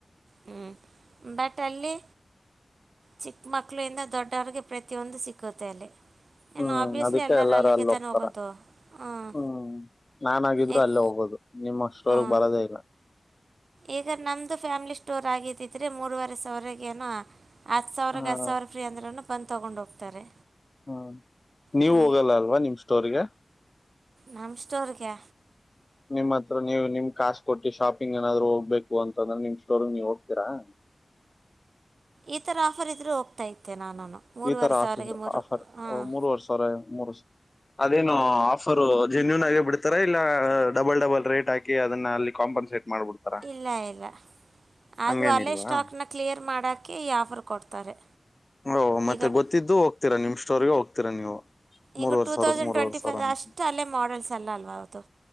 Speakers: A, on the right (about 70°); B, on the left (about 30°).
A: ಹ್ಮ್ ಬಟ್ ಅಲ್ಲಿ ಚಿಕ್ಕ ಮಕ್ಳಿಂದ ದೊಡ್ಡವರಿಗೆ ಪ್ರತಿಯೊಂದು ಸಿಕ್ಕುತ್ತೆ ಅಲ್ಲಿ ಇನ್ನು
B: ಹ್ಮ್
A: ಆಬ್ವಿಯಸ್ಲಿ
B: ಅದಕ್ಕೆ
A: ಎಲ್ಲರೂ
B: ಎಲ್ಲಾರು
A: ಅಲ್ಲಿಗೆ
B: ಅಲ್ಲಿ
A: ತಾನೇ
B: ಹೋಗ್ತಾರ
A: ಹೋಗೋದು ಹಾಂ
B: ಹ್ಮ್ ನಾಾನಾಗಿದ್ರು
A: ಏಕ್
B: ಅಲ್ಲೇ ಹೋಗ್ ಹಬದು ನಿಮ್ಮ್ ಅಷ್ಟರವರ್ಗ್
A: ಹಾಂ
B: ಬರದೇ ಇಲ್ಲ
A: ಈಗ ನಮ್ದು ಫ್ಯಾಮಿಲಿ ಸ್ಟೋರ್ ಆಗಿದ್ದಿದ್ರೆ ಮೂರುವರೆ ಸಾವರಗೇನೋ ಹತ್ತು ಸಾವಿರಕ್ಕೆ
B: ಹ
A: ಹತ್ತು ಸಾವಿರ ಫ್ರೀ ಅಂದ್ರೂ ಬಂದು ತೊಗೊಂಡ ಹೋಗ್ತಾರೆ
B: ಹ್ಮ ನೀವು
A: ಹ್ಞೂ
B: ಹೋಗಲ್ಲ ಅಲ್ವಾ ನಿಮ್ ಸ್ಟೋರ್ ಗೆ
A: ನಮ್ ಸ್ಟೋರ್ ಗ
B: ನಿಮ್ ಹತ್ರ ನೀವು ನಿಮ್ ಕಾಾಸ ಕೊಟ್ಟಿ ಶಾಪಿಂಗ್ ಏನಾದ್ರು ಹೋಗ್ಬೇಕು ಅಂತಂದ್ರೆ ನಿಮ್ ಸ್ಟೋರ್ ನೀವ್ ಹೋಗ್ತೀರಾ ಟ್ <unintelligible>
A: ಈ ತರ ಆಫರ್ ಇದ್ರು ಹೋಗ್ತಾ ಇತೆ ನಾನು ಮೂರುವರೆ
B: ಈ ತರ
A: ಸಾವಿರಗೆ
B: ಆಫ
A: ಮೂರು
B: ಆಫರ್
A: ಹಾಂ
B: ಮೂರು ವರ್ಷ ಅವರ ಮೂರುರ್ಷ ಅದೇನು ಆಫರು ಜೆನ್ಯೂನ್ ಆಗೇ ಬಿಡ್ತಾರ ಇಲ್ಲ ಡಬಲ್ ಡಬಲ್ ರೇಟ್ ಹಾಕಿ ಅದನ್ನ ಅಲ್ಲಿ ಕಾಂಪನ್ಸೇಟ್ ಮಾಡ್ಬಿಡ್ತಾರ
A: ಇಲ್ಲ ಇಲ್ಲ ಅದು
B: ಹಂಗೇನಿಲ್ವಾ
A: ಅಲ್ಲೇ ಸ್ಟಾಕ್ ನ ಕ್ಲಿಯರ್ ಮಾಡಕ್ ಈ ಆಫರ್ ಕೊಡ್ತಾರೆ
B: ಓ ಮತ್ತೆ
A: ಈಗ
B: ಗೊತ್ತಿದ್ದು ಹೋಗ್ತೀರಾ ನಿಮ್ ಸ್ಟೋರ್ಗೆ ಹೋಗ್ತೀರಾ ನೀವು ಮೂರ್ವರ್
A: ಈಗ ಟೂ
B: ಸಾವಿರಕ್
A: ತೌಸಂಡ್
B: ಮೂರ್ವರ್
A: ಟ್ವೆಂಟಿ
B: ಸಾವಿರ
A: ಫೈವ್
B: ಅಂತ
A: ಅಷ್ಟು ಅಲ್ಲೇ ಮಾಡಲ್ಸ್ ಅಲ್ಲ ಅಲ್ವ ಅವತ್ತು